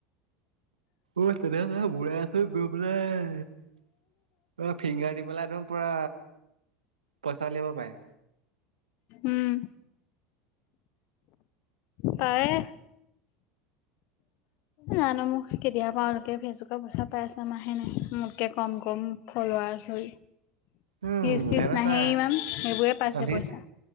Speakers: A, on the right; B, on the left.
A: অ তেনেহ বুৰাই আছো গৈ পেলাই অ ফিংগাৰ দি পেলাই একদম পুৰা পইচা উলিয়াব পাৰে
B: উম তায়ে জানো মোক কেতিয়া পাওঁ তাকে ফেচবুক পইচা পাই আছে আমাহে নাই মোতকে কম কম ফলৱাছ হল
A: উম
B: হিচ তিজ
A: সিহঁতৰ
B: নাহেই
A: চা
B: ইমান সেইবোৰে পাইছে
A: ভিউজ
B: পইচা।